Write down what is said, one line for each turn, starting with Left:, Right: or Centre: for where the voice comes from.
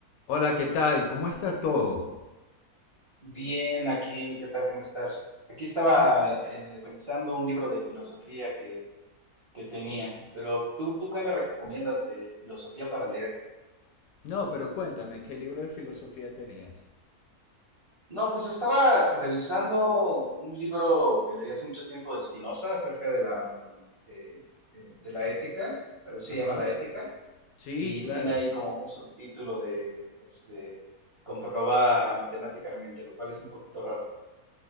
Left: Hola, ¿qué tal? ¿Cómo está todo?
Right: Bien, aquí, ¿qué tal? ¿Cómo estás? Aquí estaba
Left: Pe-
Right: eh, revisando un libro de filosofía que, que tenía, pero ¿tú, tú qué me recomiendas de filosofía para leer?
Left: No, pero cuéntame, ¿qué libro de filosofía tenías?
Right: No, pues estaba revisando un libro que leí hace mucho tiempo de Spinoza acerca de la, eh, eh, de la ética, así se
Left: Ajá.
Right: llama La ética,
Left: Sí,
Right: y
Left: claro.
Right: tiene ahí como un subtítulo de este, comprobada matemáticamente, lo cual es un poquito raro.